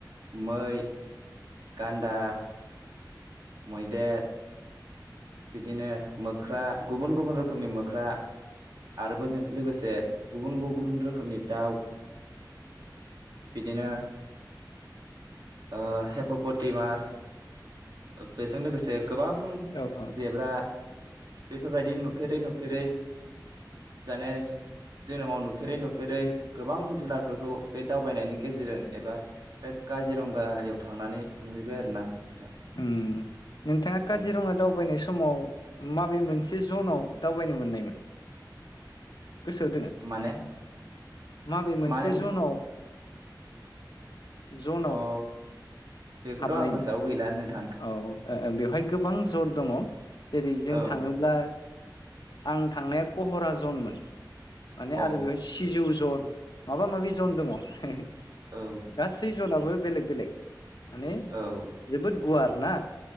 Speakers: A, on the right; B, on the left.
A: मै गान्दा मैदेर बिदिनो मोख्रा गुबुन गुबुन रोखोमनि मोख्रा आरो बोजों लोगोसे गुबुन गुबुन रोखोमनि दाउ बिदिनो ओ हेप'पटि मास बेजों लोगोसे गोबां
B: औ औ
A: जेब्रा बेफोरबायदि नुफेरै नुफेरै जानेस जोनोमाव नुफेरै नुफेरै गोबां जुनारफोरखौ बे दावबायनायनि गेजेरजों एबा बे काजिरंगायाव थांनानै नुहैबाय आरो ना आं नोंथां
B: उम नोंथाङा काजिरङा
A: औ
B: दावबायनाय सम, समाव माबे मोनसे जनाव दावबायनो मोननायमोन, गोसोआव दोङो,
A: माने
B: माबे मोनसे
A: माने
B: जनाव जनाव,
A: अ बेखौथ'
B: हाबनायमोन
A: आं गोसोआव गैला, नोंथां
B: औ ओ ओ बेवहाय गोबां जर दङ जेरै जों
A: औ
B: थाङोब्ला, आं थांनाया कहरा जनमोन माने
A: औ
B: आरो बेवहाय सिजौ ज'ल माबा माबि जन दङ हे
A: औ
B: गासै ज'नाबो बेलेग बेलेग, माने
A: औ
B: जोबोद गुवार ना